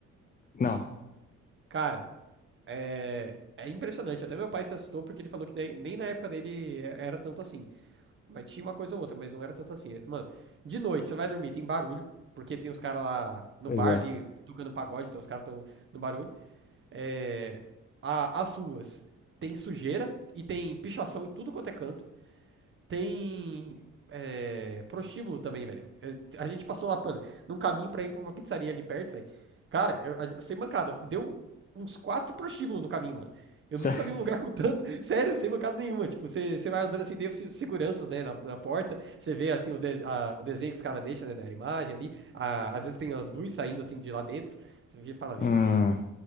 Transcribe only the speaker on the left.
Não.
Pois
é.
<laughs>
Hum,